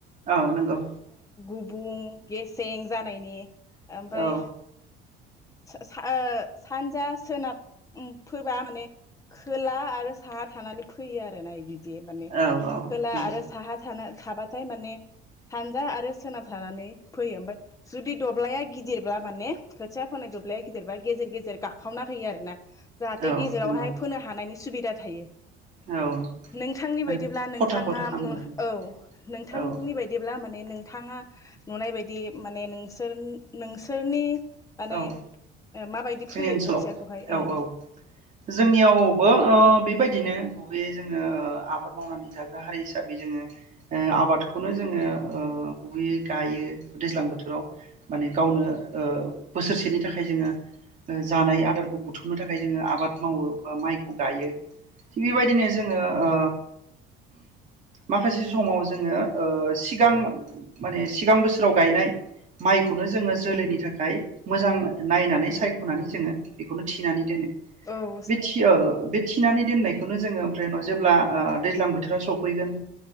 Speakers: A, on the right; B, on the left.
A: औ नंगौ
B: बुं गेसें जानायनि ओमफ्राय
A: औ
B: सा सा ओ सानजा सोनाब फोबा माने खोला आरो साहा थानानै फैयो आरोना इदि बे माने
A: औ औ
B: खोला
A: नंगौ
B: आरो साहा थाना थाबाथाय माने सानजा आरो सोनाब थानानै फैयो ओमफाय जुदि दब्लाया गिदिरब्ला माने खोथिया फोनाय दब्लाया गिदिरबा गेजेर गेजेर गाखावना होयो आरो ना जाहाथे
A: औ
B: गेजेरावहाय
A: नंगौ
B: फोनो हानायनि सुबिदा थायो।
A: औ
B: नोंथांनि
A: माने
B: बायदिब्ला नोंथाङा
A: खथा खथा खालामो आरो
B: औ नोंथांनि
A: औ
B: जेब्ला माने नोंथाङा नुनाय बायदि माने नोंसोर नोंसोरनि माने
A: औ
B: ओ माबायदि
A: जोंनि
B: फोयो
A: ओनसोलाव
B: खोथियाखौहाय ओं
A: औ औ जोंनियावबो ओ बेबायदिनो गुबैयै जोङो ओ आबाद मावनानै जाग्रा हारि हिसाबै जोङो ओ आबादखौनो जोङो ओ गुबैयै गायो दैज्लां बोथोराव माने गावनो ओ बोसोरसेनि थाखाय जोङो ओ जानाय आदारखौ बुथुमनो थाखाय जोङो आबाद मावो बा माइखौ गायो थिग बेबायदिनो जोङो ओ माखासे समाव जोङो ओ सिगां माने सिगां बोसोराव गायनाय माइखौनो जोङो जोलैनि थाखाय मोजां नायनानै सायखनानै जोंङो बेखौनो थिनानै दोनो।
B: औ
A: बेथियो बे थिनानै दोननायखौनो जोंङो ओमफ्राय उनाव जेब्ला ओ दैज्लां बोथोरा सफैगोन